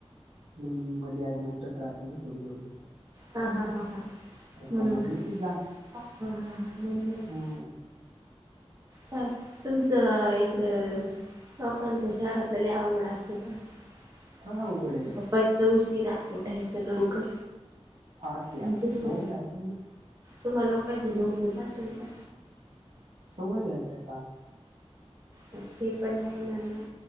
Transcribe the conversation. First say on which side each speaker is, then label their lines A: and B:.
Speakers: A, on the right; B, on the right.
A: मुलगी मधी आधी उठत राहते थोडी थोडी
B: हा हा हा हा म्हणून
A: त्यामुळे
B: काय
A: येते जाग
B: आ हा हा हा हा म्हणूनचं
A: हम्म
B: <inaudible> काय तुमचं इकडं. लोकांच्या शहरातल्या लय आवड असत्यातं ना. आमचे
A: काय अवघड आहे
B: पप्पा इतक्या उशीरा उठायचं लवकर.
A: हा ते
B: आणि
A: आता
B: तुमच्या
A: सवय झालीये ना.
B: तुम्हा लोकांची झोप होत असलं का?
A: सवय झाली आता
B: ते ते पण आहे म्हणा.